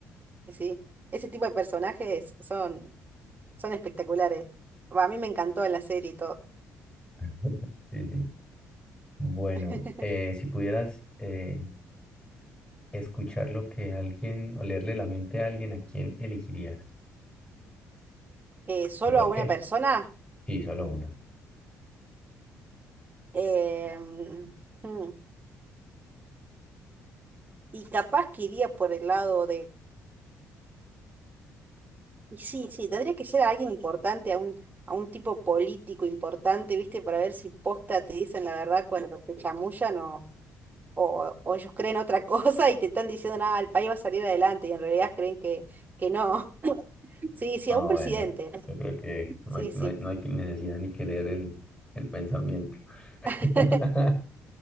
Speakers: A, on the right; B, on the left.
A: Sí, ese tipo de personajes son, son espectaculares. Va, A mí me encantó en la serie y todo.
B: <laughs> Sí, sí. Bueno,
A: <laughs>
B: eh, si pudieras eh, escuchar lo que alguien, o leerle la mente a alguien, ¿a quién elegirías?
A: Eh, solo
B: ¿Y por
A: a una
B: qué?
A: persona.
B: Sí, solo una.
A: eh, mm, y capaz que iría por el lado de... y Sí, sí, tendría que ser a alguien importante, a un, a un tipo político importante, ¿viste? Para ver si posta te dicen la verdad cuando te chamullan o... o, o ellos creen otra <laughs> cosa y te están diciendo, nada, el país va a salir adelante y en realidad creen que, que no. <laughs> Sí, sí,
B: Ah,
A: a un presidente.
B: bueno. Yo creo que no
A: Sí,
B: hay, no
A: sí.
B: hay, no hay que- necesidad ni que leer el, el pensamiento.
A: <laughs>
B: <laughs>